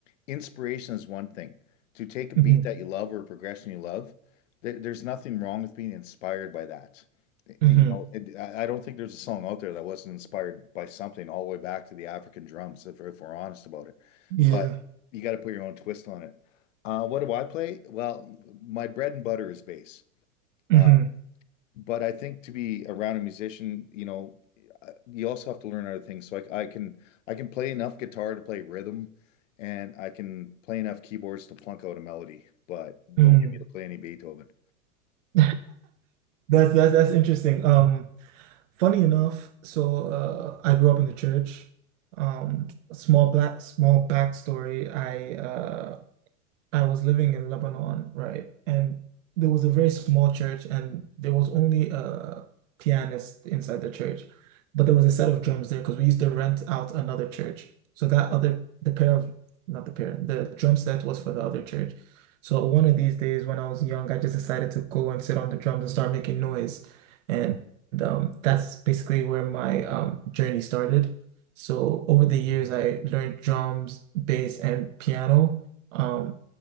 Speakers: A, on the left; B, on the right.
A: Inspiration is one thing. To take a
B: hmm
A: beat that you love or a progression you love, there, there's nothing wrong with being inspired by that. I-
B: hmm
A: You know, it, I I don't think there's a song out there that wasn't inspired by something all the way back to the African drums, if, if we're honest about it.
B: Yeah.
A: But you got to put your own twist on it. Uh, what do I play? Well, my bread and butter is bass. Uh,
B: hmm
A: but I think to be around a musician, you know, uh, you also have to learn other things. So I, I can I can play enough guitar to play rhythm, and I can play enough keyboards to plunk out a melody. But
B: Mm.
A: don't get me to play any Beethoven.
B: <laughs> That's that's that's interesting. Um, funny enough, so uh, I grew up in the church. Um, small black small backstory. I uh, I was living in Lebanon, right? And there was a very small church, and there was only a pianist inside the church, but there was a set of drums there because we used to rent out another church. So that other, the pair of, not the pair, the drum set was for the other church. So one of these days when I was young, I just decided to go and sit on the drums and start making noise. And um, that's basically where my um, journey started. So over the years, I learned drums, bass, and piano. Um,